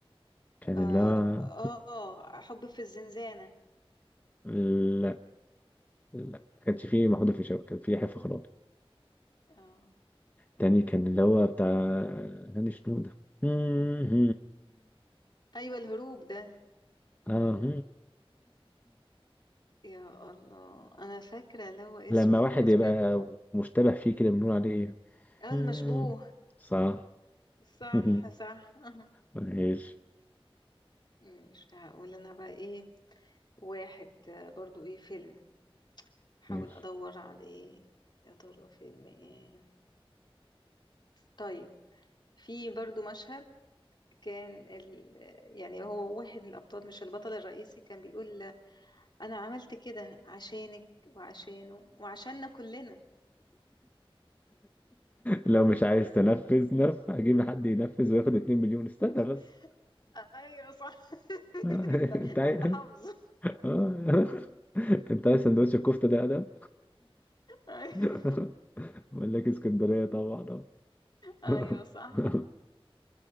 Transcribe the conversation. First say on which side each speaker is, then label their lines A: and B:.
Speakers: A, on the left; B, on the left.
A: كان
B: آه,
A: اللي هو
B: آه حب في الزنزانة
A: <laughs> لا لا ما كانش
B: مم.
A: فيه محمود الفيشاوي كان فيه حفة خلاص
B: آه.
A: تاني كان اللي هو بتاع هاني شنودة <laughs>
B: أيوة الهروب ده
A: آه.
B: يا الله انا فاكره اللي هو اسمه
A: لما واحد
B: كفايه
A: يبقى مشتبه فيه كده بنقول عليه
B: اه
A: ايه
B: المشبوه
A: <laughs> صح
B: صح
A: <laughs>
B: صح <laughs> أها.
A: ماشي
B: مش هقول انا بقى ايه واحد آه، برضو ايه فيلم حاول
A: ماشي
B: ادور على ايه يا ترى فيلم ايه طيب في برضو مشهد كان ال... يعني هو واحد من الابطال مش البطل الرئيسي كان بيقول انا عملت كده عشانك وعشانه وعشاننا كلنا
A: لو مش عايز تنفذ نف هجيب حد ينفذ وياخد 2 مليون استنى بس
B: <laughs> ايوه صح <laughs>
A: <laughs>
B: ده,
A: انت عايز
B: ده انت حافظه
A: آه. <laughs> انت عايز سندوتش الكفته ده ادم
B: <laughs> ايوه
A: <laughs> اقول لك اسكندريه طبعا آه.
B: ايوه
A: <laughs>
B: صح